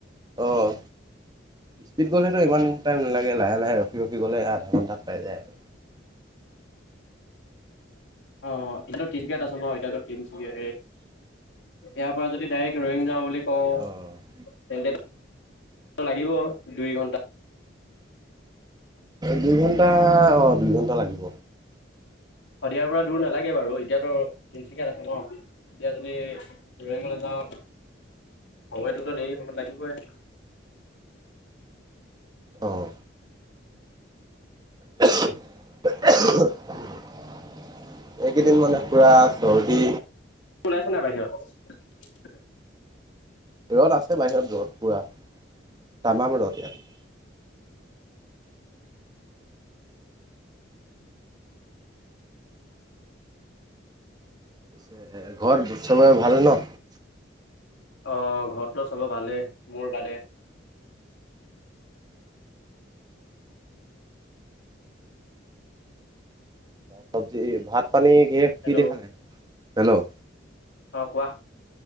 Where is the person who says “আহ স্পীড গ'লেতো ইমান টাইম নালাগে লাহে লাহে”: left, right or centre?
Right